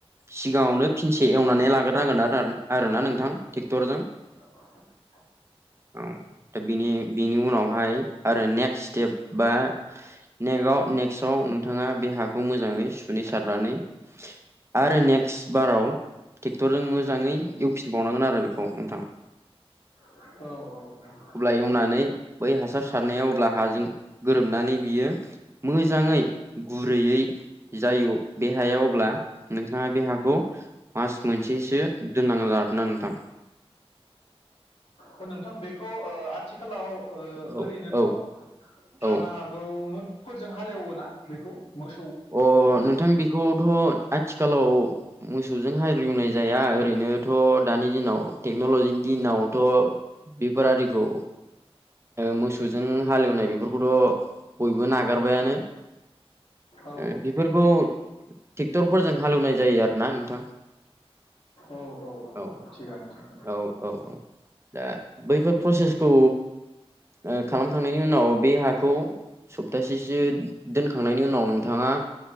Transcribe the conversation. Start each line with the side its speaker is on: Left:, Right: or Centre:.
Right: सिगाङावनो फिनसे एवनानै लाग्रोनांगोन आरो आरो ना नोंथां ट्रेक्टरजों
Left: अ
Right: औ दानि बेनि उनावहाय आरो नेक्स्ट स्टेप बा नेगाव- नेक्स्टआव नोंथाङा बे हाखौ मोजाङै सुनै सारनानै आरो नेक्स्ट बाराव ट्रेक्टरजों मोजाङै एवफिनबावनांगोन आरो बेखौ नोंथां।
Left: औ औ औ
Right: अब्ला एवनानै बै हासार सारनायाव अब्ला हाजों गोरोबनानै बियो मोजाङै गुरैयै जायो बे हाया अब्ला नोंथाङा बे हाखौ मास मोनसेसो दोननानै लादोंना नोंथां।
Left: ओ नोंथां बेखौ ओ आथिखालाव ओ
Right: औ
Left: ओरैनोथ'
Right: औ
Left: जानो
Right: औ
Left: हा गौ <unintelligible> फोरजों हालेवोना बेखौ मोसौ
Right: अ
Left: फोरजों
Right: नोंथां बेखौथ' आथिखालाव मोसौजों हाग एवनाय जाया ओरैनोथ' दानि दिनाव टेक्न'लजिनि दिनावथ' बेफारारिखौ मोसौजों हालेवनाय बेफोरखौथ' बयबो नागारबायानो
Left: औ
Right: ओ बेफोरखौ ट्रेक्टरफोरजों हालवनाय जायो आरो ना नोंथां।
Left: औ
Right: औ
Left: थिगानो थिगानो
Right: औ औ औ दा बैफोर प्रसेसखौ ओ खालामखांनायनि उनाव बे हाखौ सप्तासेसो दोनखांनायनि उनाव नों नोंथाङा